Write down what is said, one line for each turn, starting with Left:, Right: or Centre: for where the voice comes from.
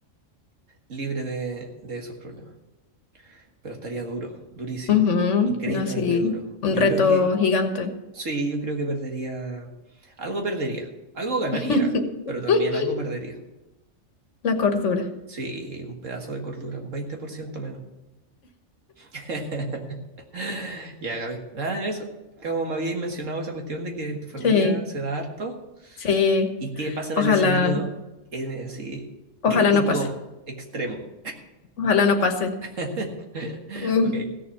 Right: libre de, de esos problemas. Pero estaría duro, durísimo,
Left: Ujú,
Right: increíblemente
Left: No, sí,
Right: duro.
Left: un
Right: Yo
Left: reto
Right: creo que,
Left: gigante.
Right: sí, yo creo que perdería, algo perdería, algo ganaría,
Left: <laughs>
Right: pero también algo perdería.
Left: La cordura.
Right: Sí, un pedazo de cordura, un 20% menos. <laughs> <laughs> Ya, Gaby. Nada, eso. Como me habíais mencionado esa cuestión de que en tu familia
Left: Sí,
Right: se da harto
Left: sí.
Right: y qué pasa en
Left: Ojalá,
Right: el escenario en en sí
Left: ojalá
Right: crítico
Left: no pase.
Right: extremo.
Left: Ojalá no pase.
Right: <laughs>
Left: Mm,
Right: Ok.